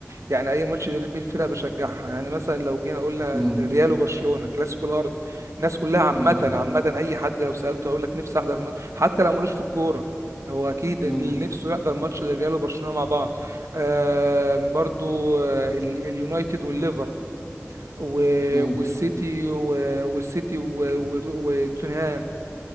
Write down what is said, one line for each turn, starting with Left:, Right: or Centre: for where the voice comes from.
Right: يعني اي ماتش يدير بيه الفرقه بشجعها يعني مثلا لو جينا قلنا
Centre: مم.
Right: الريال وبرشلونه كلاسيكو الارض الناس كلها عامه
Centre: مم.
Right: عامه اي حد لو سالته هيقول لك نفسي احضر ماتش حتى لو ملوش في الكوره هو اكيد اللي
Centre: مم.
Right: نفسه يحضر ماتش للريال وبرشلونه مع بعض آه برضو آه، ال- اليونايتد والليفر و-
Centre: مم.
Right: والسيتي و- والسيتي و- و- وتوتنهام